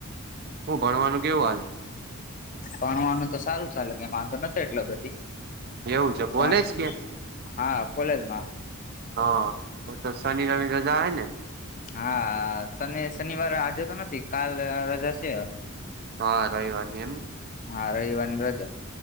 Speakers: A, on the right (about 45°); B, on the left (about 35°).
A: હું ભણવાનું કેવું હલે
B: ભણવાનું તો સારું ચાલે કે વાંધો ન છે એટલે બધી
A: એવું છે બોલેજ
B: પણ
A: કે
B: હા કોલે જમાં
A: હા ઓ તો શન ર રજા હૈ ને
B: હા શને શનિવાર આજે તો નથી કાલ રજા છે
A: હા રવવાની એમ
B: હા રહીવાન બ્રજે